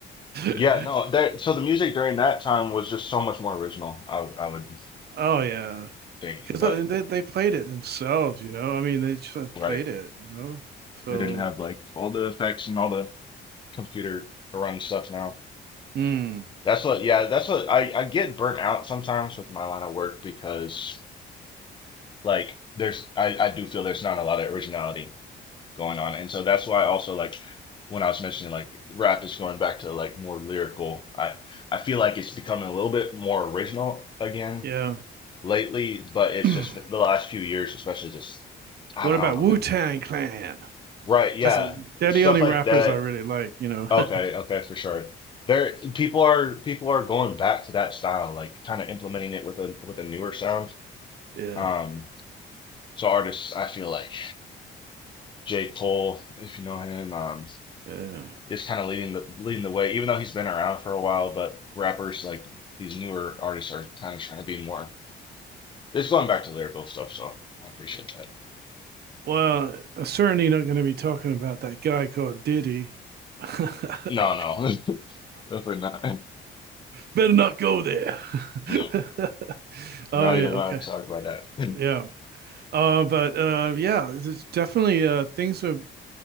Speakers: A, on the left (about 25°); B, on the right (about 55°).
A: Yeah.
B: <laughs>
A: No. There. So the music during that time was just so much more original. I I would
B: oh yeah,
A: think,
B: because
A: but
B: they they played it themselves. You know, I mean, they just uh,
A: right,
B: played it. You know, so.
A: they didn't have like all the effects and all the computer run stuff now.
B: Mm.
A: That's what, yeah, that's what I, I get burnt out sometimes with my line of work because like there's I, I do feel there's not a lot of originality going on. And so that's why also like when I was mentioning like rap is going back to like more lyrical. I I feel like it's becoming a little bit more original again
B: Yeah.
A: lately, but it's
B: <clears throat>
A: just the last few years, especially just I
B: what
A: don't
B: about
A: know,
B: Wu
A: I've been
B: Tang Clan?
A: right, yeah,
B: That's it. They're
A: stuff
B: the only
A: like
B: rappers
A: that
B: I really like, you know.
A: Okay,
B: <laughs>
A: okay, for sure. There, people are people are going back to that style, like kind of implementing it with a with a newer sound.
B: yeah.
A: Um, so artists, I feel like J. Cole, if you know him, um,
B: Yeah.
A: is kind of leading the leading the way, even though he's been around for a while. But rappers like these newer artists are kind of trying to be more. It's going back to lyrical stuff, so I appreciate that.
B: Well, I'm certainly not going to be talking about that guy called Diddy. <laughs>
A: No, no, <laughs> definitely not.
B: Better not go there.
A: No,
B: <laughs> oh
A: not
B: yeah,
A: even gonna
B: okay,
A: talk about that.
B: yeah.
A: <laughs>
B: Uh, but uh, yeah, it's definitely uh, things are.